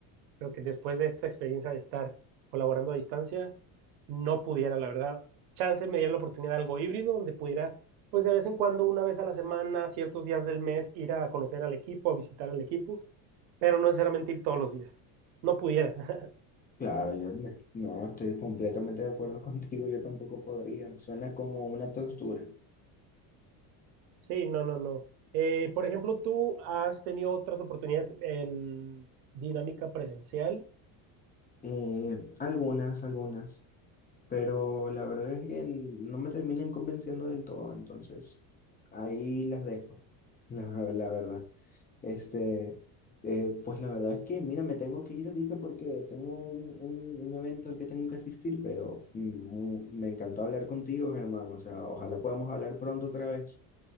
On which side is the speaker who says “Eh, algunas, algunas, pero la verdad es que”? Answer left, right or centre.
Left